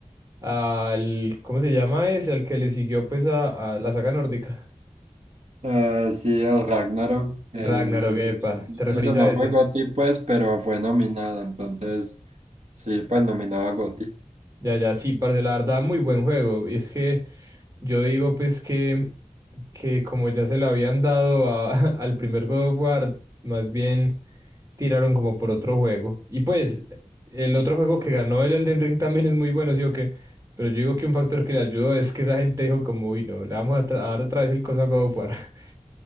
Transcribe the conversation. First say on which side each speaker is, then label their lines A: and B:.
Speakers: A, on the right (about 25°); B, on the right (about 60°).
A: al, ¿cómo se llama ese? Al que le siguió pues a, a la saga nórdica.
B: Eh, sí, el Ragnarok, el...
A: El Ragnarok, epa, ¿te referís
B: Ese
A: a
B: no
A: ese?
B: fue GOTY pues, pero fue nominado, entonces sí, pues nominado a GOTY.
A: Ya, ya, sí, parce, la verdad, muy buen juego. Y Es que yo digo, pues, que, que como ya se le habían dado a- <laughs> al primer God of War, más bien tiraron como por otro juego. Y pues, el otro juego que ganó el Elden Ring también es muy bueno, sí o qué. Pero yo digo que un factor que le ayudó es que esa gente dijo, como, uy, no, le vamos a, tra- a dar otra vez el coso a God of War. <laughs>